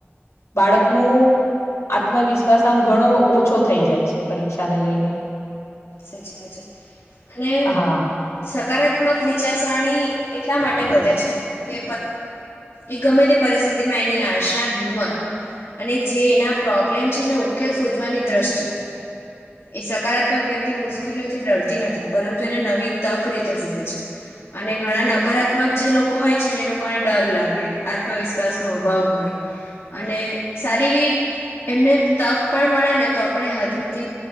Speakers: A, on the left; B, on the left.
A: બાળકનું આત્મવિશ્વાસ આમ ઘણો ઓછો થઈ જાય છે પરીક્ષા ને લઈને
B: સાચી વાત છે અને
A: હા
B: સકારાત્મક વિચારસરણી એટલા માટે વધે છે કે એ ગમે તે પરિસ્થિતિમાં એની આશા હિંમત અને જે એના પ્રોબ્લેમ છે એને ઉકેલ શોધવાની દ્રષ્ટિ એ સકારાત્મક વ્ય મુશ્કેલીઓથી ડરતી નથી પરંતુ એને નવી તક રીતે જુએ છે અને ઘણા નકારાત્મક જે લોકો હોય છે ને એ લોકોને ડર લાગે આત્મવિશ્વાસ નો અભાવ હોય અને સારી રીત એમને તક પણ મળે ને તો પણ એ હાથમાંથી